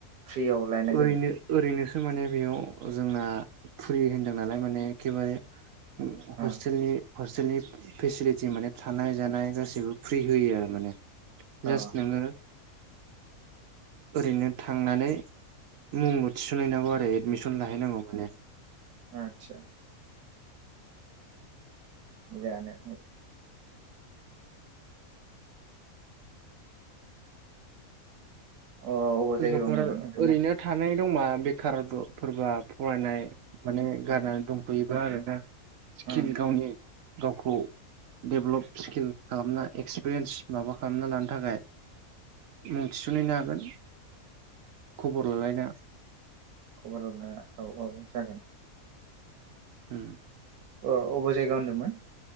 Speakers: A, on the right (about 85°); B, on the right (about 70°).
A: फ्रियाव लायनाय जेनेबा
B: ओरैनो ओरैनोसो माने बेयाव जोंना फ्रि होनदों नालाय माने एखेबारे हस्टेलनि
A: ओ
B: हस्टेलनि फेसिलिटि माने थानाय जानाय गासैबो फ्रि होयो आरो माने
A: औ
B: जास नोङो ओरैनो थांनानै मुंल थिसनहैनांगौ आरो एदमिसन लाहैनांगौ माने
A: आतसा जानो अ अबाव
B: दलफोर
A: जायगायाव होनदोंमोन नोंथांना
B: ओरैनो थानाय दंबा बेखार फोरबा फरायनाय माने गारनानै दंथयोबा आरोना सिकिल
A: उम
B: गावनि गावखौ डेभ्लप स्किल खालामना एक्सपिरियेन्स माबा खालामना लानो थाखाय मुं थिसनहैनो हागोन खबर लालायना
A: खबरल औ औ जागोन
B: उम
A: अ अबे जायगा होनदोंमोन